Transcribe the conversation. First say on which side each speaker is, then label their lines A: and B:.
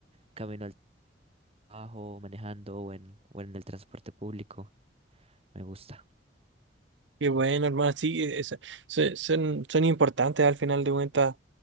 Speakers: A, on the right; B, on the right.
A: camino al trabajo, manejando o en, o en el transporte público. Me gusta.
B: qué bueno, hermano. Sí, es- son, son son importantes al final de cuentas